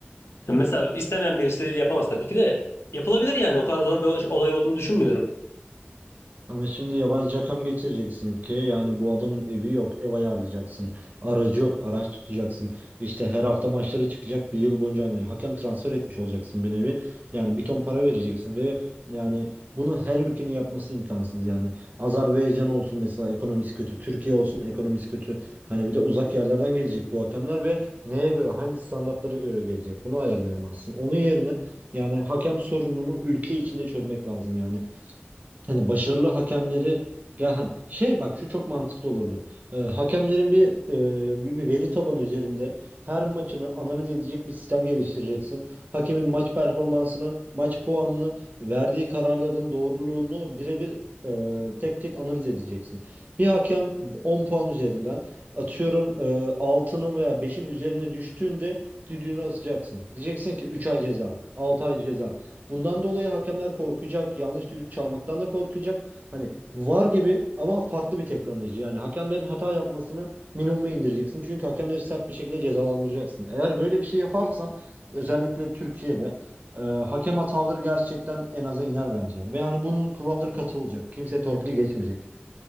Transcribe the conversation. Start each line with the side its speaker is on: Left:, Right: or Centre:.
Left: Yani Mesela istemeyen birisi yapamaz tabii ki de yapılabilir yani. O kadar zor bir olay olduğunu düşünmüyorum.
Right: Ama şimdi yabancı hakem getireceksin ülkeye. Yani bu adamın evi yok, ev ayarlayacaksın. Aracı yok, araç tutacaksın. İşte her hafta maçlara çıkacak bir yıl boyunca hani hakem transfer etmiş olacaksın bir nevi. Yani bir ton para vereceksin ve yani bunu her ülkenin yapması imkansız yani. Azerbaycan olsun mesela ekonomisi kötü, Türkiye olsun ekonomisi kötü. Hani bir de uzak yerlerden gelecek bu hakemler ve neye göre, hangi standartlara göre gelecek? Bunu ayarlayamazsın. Onun yerine yani hakem sorununu ülke içinde çözmek lazım yani. Hani başarılı hakemleri ya hani şey bak şu çok mantıklı olurdu. Ee, hakemlerin bir, e, bir bir veri tabanı üzerinde her maçını analiz edecek bir sistem geliştireceksin. Hakemin maç performansını, maç puanını, verdiği kararların doğruluğunu birebir e, tek tek analiz edeceksin. Bir hakem 10 puan üzerinden atıyorum e, 6'nın veya beşin üzerine düştüğünde düdüğünü asacaksın. Diyeceksin ki 3 ay ceza, 6 ay ceza. Bundan dolayı hakemler korkacak, yanlış düdük çalmaktan da korkacak. Hani VAR gibi ama farklı bir teknoloji. Yani hakemlerin hata yapmasını minimuma indireceksin. Çünkü hakemleri sert bir şekilde cezalandıracaksın. Eğer böyle bir şey yaparsan özellikle Türkiye'de e, hakem hataları gerçekten en aza iner bence. Ve yani bunun kuralları katı olacak. Kimse torpili geçmeyecek.